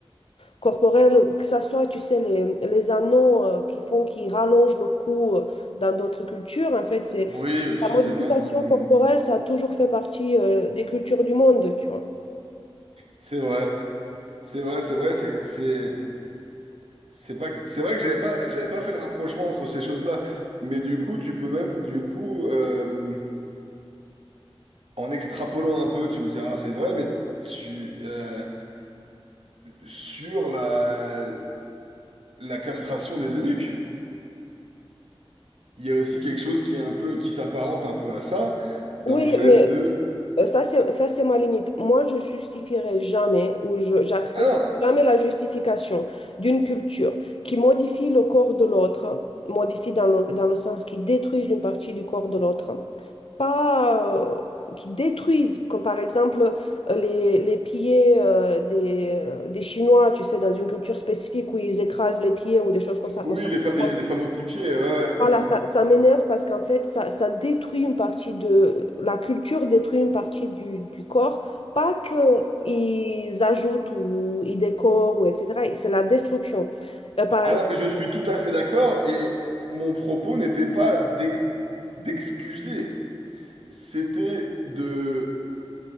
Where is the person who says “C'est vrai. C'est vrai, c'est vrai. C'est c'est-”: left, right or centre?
Right